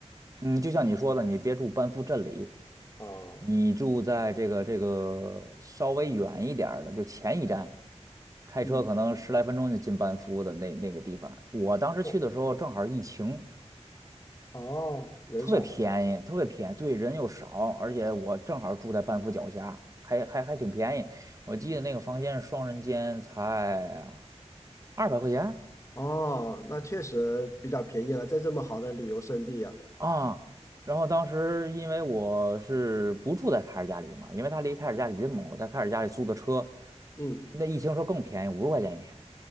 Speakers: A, on the right; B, on the left.
A: 嗯，就像你说的，你别住班夫镇里，
B: 哦，
A: 你住在这个这个稍微远一点儿的，就前一站，开车可能十来分钟就进班夫的那那个地方。
B: 嗯，
A: 我当时去的时候正好疫情，
B: 对哦，人少。
A: 特别便宜，特别便宜，对，人又少，而且我正好住在半夫脚下，还还还挺便宜。我记得那个房间是双人间，才二百块钱
B: 哦，那确实比较便宜了，在这么好的旅游胜地啊。
A: 啊。然后当时因为我是不住在凯尔家里嘛，因为他离凯尔家里近嘛，我在凯尔家里租的车，
B: 嗯。
A: 那一停车更便宜，五十块钱一天，